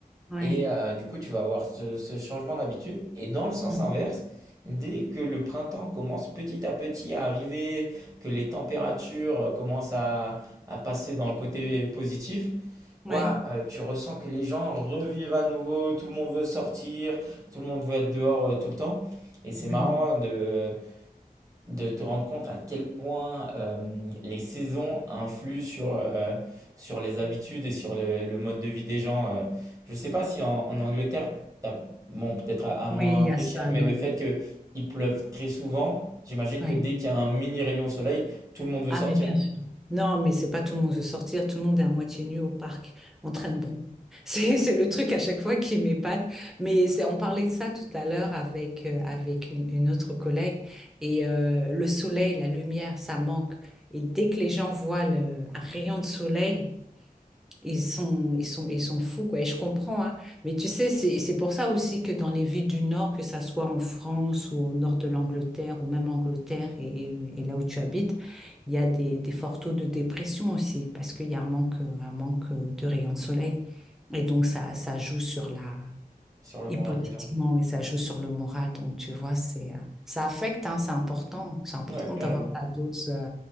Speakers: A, in the centre; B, on the right (about 20°).
A: Ouais.
B: Et euh, du coup, tu vas avoir ce, ce changement d'habitude. Et dans le sens
A: Mm.
B: inverse, dès que le printemps commence petit à petit à arriver, que les températures euh, commencent à, à passer dans le côté positif,
A: Oui,
B: ouah, euh, tu ressens que les gens revivent à nouveau, tout le monde veut sortir, tout le monde veut être dehors euh, tout le temps. Et c'est
A: oui.
B: marrant de de te rendre compte à quel point euh, les saisons influent sur, euh, sur les habitudes et sur le, le mode de vie des gens. euh. je ne sais pas si en, en Angleterre, t'as- bon, peut-être à, à moindre
A: Oui, il y a
B: échelle,
A: ça,
B: mais
A: non.
B: le
A: il-
B: fait qu'il pleuve très souvent, j'imagine
A: Oui.
B: que dès qu'il y a un mini rayon soleil, tout le monde veut
A: Ah,
B: sortir
A: mais bien sûr. Non, mais c'est pas tout le monde veut sortir. Tout le monde est à moitié nu au parc, en train de bronzer. <laughs> C'est, c'est le truc à chaque fois qui m'épate. Mais c'est- on parlait de ça tout à l'heure avec, euh, avec une, une autre collègue. Et euh, le soleil, la lumière, ça manque. Et dès que les gens voient le- un rayon de soleil, Ils sont, ils sont, ils sont fous, quoi. Et je comprends, hein. Mais tu sais, c'est, c'est pour ça aussi que dans les villes du Nord, que ça soit en France ou au nord de l'Angleterre ou même Angleterre et, et- et là où tu habites, il y a des, des forts taux de dépression aussi parce qu'il y a un manque, euh, un manque euh, de rayons de soleil. Et donc, ça, ça joue sur la,
B: sur le
A: hypothétiquement,
B: moral des gens.
A: mais ça joue sur le moral. Donc, tu vois, c'est, euh, ça affecte, hein, c'est important. C'est important
B: Ouais, carrément.
A: d'avoir sa dose, euh,